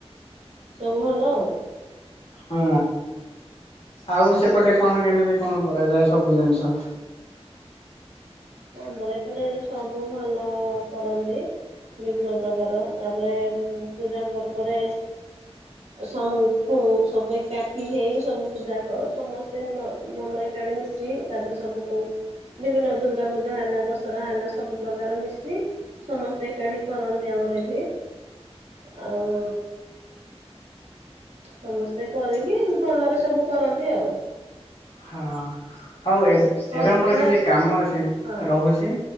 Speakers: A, on the right; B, on the left.
A: ସବୁଭଲ ଆଉ
B: ହଁ ଆଉ ସେପଟେ କଣ କେମିତି କଣ କରାଯାଏ ସବୁ ଜିନିଷ
A: ଆମର ଏପଟ ସବୁ ଭଲ କରନ୍ତି ବିଭିନ୍ନ ପ୍ରକାର ତାପରେ ପୂଜା ପର୍ବରେ ସବୁ କ ସବୁ ଏକାଠି ହେଇ ସବୁ ପୂଜା ସମସ୍ତ ମନ ଏକାଠି ମିଶି ତାପରେ ସବୁ କ ବିଭିନ୍ନ ଦୁର୍ଗା ପୂଜା ା ହେଲା ଦଶହରା ହେଲା ସବୁ ପ୍ରକାର ମିଶି ସମସ୍ତେ ଏକାଠି କରନ୍ତି ଆମର ଏଇଠି ଆଉ ସମସ୍ତେ କରିକି ଭଲରେ ସବୁ କରନ୍ତି ଆଉ
B: ହଁ ହଉ
A: ହଉ
B: ଏବେ ମୋର
A: ହଁ
B: କିଛି କାମ ଅଛି
A: ହଁ
B: ରହୁଛି